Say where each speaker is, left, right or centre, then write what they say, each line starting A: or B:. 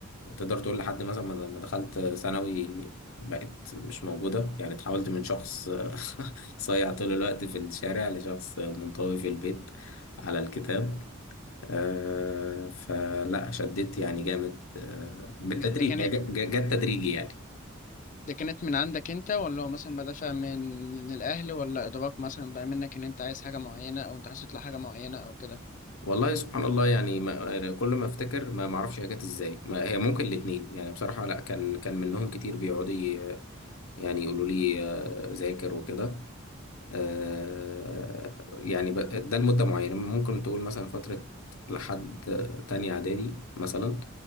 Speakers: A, on the left; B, on the left.
A: تقدر تقول لحد مثلا ما ما دخلت ثانوي بقيت مش موجودة يعني اتحولت من شخص <laughs> صايع طول الوقت في الشارع لشخص منطوي في البيت على الكتاب آه، فلا شديت يعني جامد آه، بالتدريج
B: ده كانت
A: هي ج- ج- جت تدريجي يعني
B: دي كانت من عندك انت ولا هو مثلا بدافع من من الاهل ولا ادراك مثلا بقى منك ان انت عايز حاجه معينه او انت عايز تطلع حاجه معينه او كده
A: والله سبحان الله يعني ما أنا كل ما افتكر ما ما اعرفش هي جت ازاي ما هي ممكن الاتنين يعني بصراحة لا كان كان منهم كتير بيقعدوا ي- يعني يقولوا لي آه، ذاكر وكده آه، يعني ب- ده لمدة معينة ممكن تقول مثلا فترة لحد تانية إعدادي مثلا